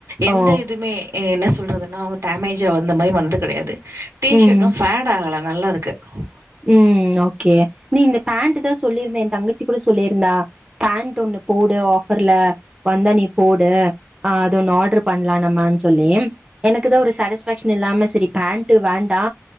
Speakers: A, on the right; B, on the right.
A: எந்த
B: ஓ
A: இதுவுமே என்ன சொ சொல்றதுன்னா அவ டேப் மேஜாவது இந்த மாதிரி வந்தது கிடையாது டி
B: ம்
A: ஷர்டும் ஃபேடு ஆகல நல்லா இருக்கு க்கு
B: ம் ஓகே நீ இந்த பேண்ட் தா சொல்லியிருந்தா என் தங்கச்சி கூட சொல்லியிருந்தா பேண்ட் ஒண்ணு போடு ஆஃபர்ல வந்தா நீ போடு ஹ அது ஒண்ணு ஆர்டர் பண்ணலாம் நம்மனு சொல்லி எனக்கு தா ஒரு சாட்டிஸ்ஃபேக்ஷன் இல்லாம செரி பேண்ட் வேண்டா